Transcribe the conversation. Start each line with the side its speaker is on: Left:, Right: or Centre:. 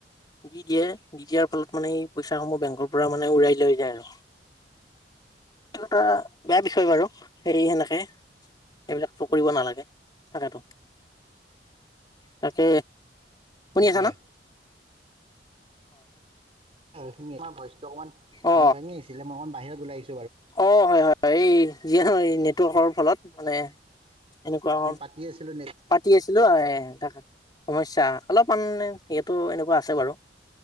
Left: দি দিয়ে দি দিয়াৰ ফলত মানে এই পইচা সমূহ বেংকৰ পৰা মানে উৰাই। লৈ যায় আৰু এইটো এটা বেয়া বিষয় বাৰু হে সেনেকে। এইবিলাক কৰিব নালাগে তাকেতো তাকে। শুনি আছা
Right: হয়
Left: ন
Right: হয়ুনিমাৰ ভইচটো অকমান
Left: অ
Right: ভাঙি ভাঙি আছিলে মই অকমান বাহিৰত ওলাইছিলো।
Left: অ হয় হয় এই যিয়ে নহ নেটৱৰ্কৰ ফলত মানে এনেকুৱা।
Right: পি আছিলো।
Left: পাতি আছিলো ত সমস্যা অলপমান সটোো এনেকুৱা আছে বাৰু।